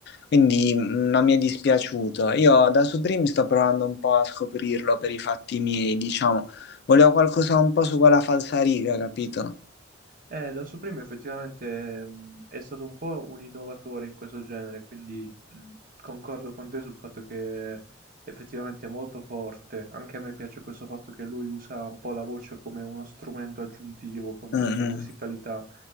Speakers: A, on the left; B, on the right.
A: Quindi mh, non mi è dispiaciuto. Io da Supreme sto provando un po' a scoprirlo per i fatti miei, diciamo. Volevo qualcosa un po' su quella falsariga, capito?
B: Eh, da Supreme effettivamente mh, è stato un po' un innovatore in questo genere, quindi mh, concordo con te sul fatto che effettivamente è molto forte. Anche a me piace questo fatto che lui usa un po' la voce come uno strumento aggiuntivo con
A: Mm,
B: tanta
A: mm.
B: musicalità.